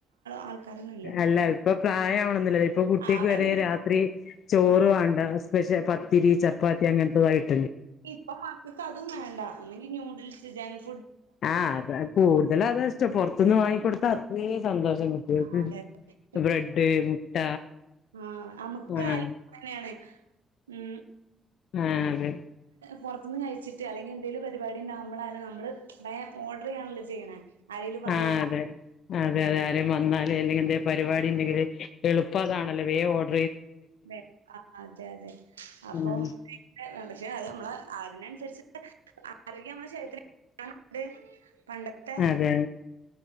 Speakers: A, on the right; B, on the left.
A: ആൾക്കാരൊന്നും ഇല്ല
B: അല്ല ഇപ്പൊ പ്രായമാണന്നില്ല ഇപ്പൊ കുട്ടിക്ക്
A: ആഹ് അവിടന്നില്ല
B: വരെ രാത്രി ചോർ
A: ആ
B: വേണ്ട സ്പെഷ്യ പത്തിരി ചപ്പാത്തി അങ്ങനത്തതായിട്ട്
A: ഇപ്പൊ മക്കൾക്ക് അതും വേണ്ട ഒന്നെങ്കി ന്യഡിൽസ് <unintelligible>
B: ആഹ് അത കൂടുതലും അതാ ഇഷ്ടം പൊർ ത്തിന്ന് വാങ്ങിക്കൊടുത്ത അത്രേം സന്തോഷം കുട്ടികൾക്ക്
A: ആഹ് അതെതെ <inaudible>
B: ബ്രെഡ് മുട്ട
A: ആഹ നമുക്കായാലാം
B: ആ
A: അങ്ങനെയാണ് ഉം
B: ആ അതെ
A: പുറത്തുനിന്ന് കഴിച്ചിട്ട് അല്ലെങ്ക എന്തേലും പരിപാടി ഉണ്ടാവുമ്പോളായാലും നമ്മള് വേം ഓർഡർ ചെയ്യാണല്ലോ ചെയ്യണേ ആരേലും വന്നാൽ
B: ആ അതെ ആ ആരേലും വന്നാല് അല്ലെങ്കിഎന്തേലും പരിപാടി ഉണ്ടെങ്കിൽ എളുപ്പതാണല്ലോ വേഗം ഹേ
A: ദേ അ... അതെ... അതെ അപ്പൊ
B: ഉം
A: <unintelligible> പക്ഷെ അത് നമ്മള് ആ തിന്... തീർച്ച <unintelligible> അ ആരോഗ്യം നമ്മുടെ ശരീത്തിന് <unintelligible> പണ്ടത്തെ
B: അതെ